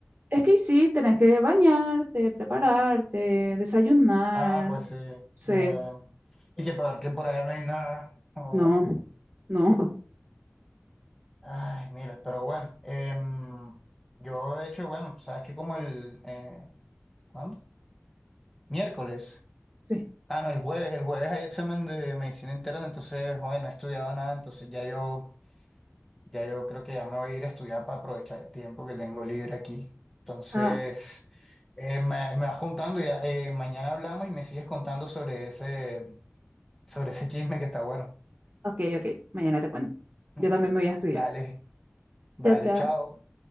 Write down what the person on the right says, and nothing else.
Es que sí, tenés que bañarte, prepararte, desayunar.
Sí,
no, no, <laughs>
sí.
Ah,
ok, ok, mañana te cuento.
Yo también me voy a estudiar.
Chao, chao.